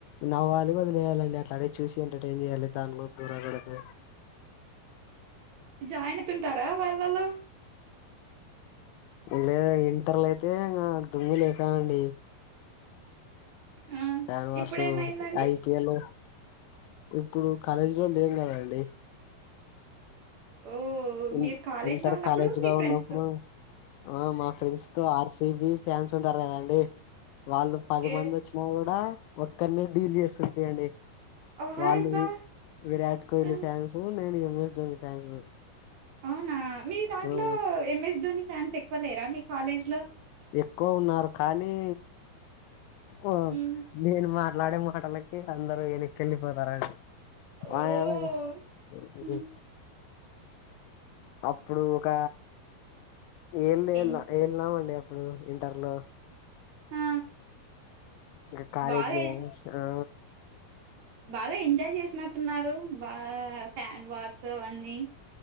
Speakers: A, on the left; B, on the right.
A: నవ్వాలి వదిలేయాలండి అట్లాటివీ చూసి ఎంటర్టైన్ చేయాలి. దానిలో కూర దొరకవు
B: జాయిన్ అయితుంటారా వాళ్ళలో
A: లేదా ఇంటర్లో అయితే ఇగ దుమ్ము లేపామండి
B: ఆ!
A: శన్వర్సు,
B: ఇప్పుడేమైందండి?
A: ఐ పి ఎల్ ఇప్పుడు కాలేజీ లో లేం కదండి
B: ఓ
A: ఇన్
B: మీరు కాలేజ్
A: ఇంటర్
B: లో ఉన్నప్పుడు
A: కాలేజ్
B: మీ
A: లో
B: ఫ్రెండ్స్
A: ఉన్నప్పుడు
B: తో
A: ఆ మా ఫ్రెండ్స్ తో ఆర్సిబి ఫ్యాన్స్ ఉంటారు కదండి వాళ్ళు
B: ఓకే.
A: పది మందోచ్చి కూడా ఒక్కరినే డీల్
B: ఆ!
A: చేస్తుంటి అండి
B: వాయబ్బా!
A: వాళ్ళు వీ విరాట్ కోహ్లీ
B: ఆ!
A: ఫ్యాన్సు నేను ఎం ఎస్ ధోని ఫ్యాన్స్
B: అవునా మీ దాంట్లో
A: ఆ
B: ఎం ఎస్ ధోని ఫ్యాన్స్ ఎక్కువ లేరా మీ కాలేజ్ లో
A: ఎక్కువ ఉన్నారు కానీ ఓ
B: హ్మ్.
A: నేను మాట్లాడే మాటలకి అందరు ఎనక్కేళ్ళిపోతారా <unintelligible>
B: ఓహ్! హ్మ్.
A: అప్పుడు ఒక యెల్లేళ్లా
B: ఎన్
A: ఏళ్ళ ఉండే అప్పుడు ఇంటర్ లో
B: ఆ!
A: ఇంకా కాలేజ్
B: బాగా
A: లో ఏం చేస్తున్నా
B: బాగా ఎంజాయ్ చేసినట్టున్నారు బా ఫ్యాన్ వార్స్ అవన్నీ